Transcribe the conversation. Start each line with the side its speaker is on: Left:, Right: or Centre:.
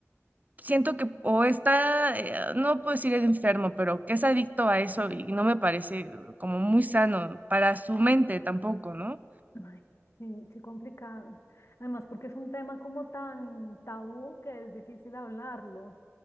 Right: siento que o está, eh, no puedo decir enfermo, pero que es adicto a eso y no me parece eh, como muy sano para su mente tampoco, ¿no?
Left: Ay, sí, qué complicado. Además, porque es un tema como tan tabú que es difícil hablarlo.